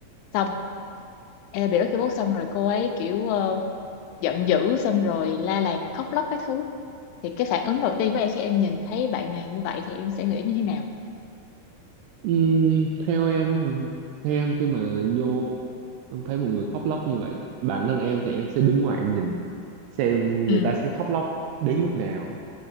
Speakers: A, on the left; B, on the right.
A: xong em bị bắt cái bút xong rồi cô ấy kiểu ờ, giận dữ xong rồi la làng rồi khóc lóc cái thứ thì cái phản ứng đầu tiên của em khi em nhìn thấy bạn này như vậy thì em sẽ nghĩ như thế nào
B: ừ, theo em hả? theo em khi mà vô em thấy một người khóc lóc như vậy bản thân em thì em sẽ đứng ngoài em nhìn xem người
A: ừ.
B: ta sẽ khóc lóc đến lúc nào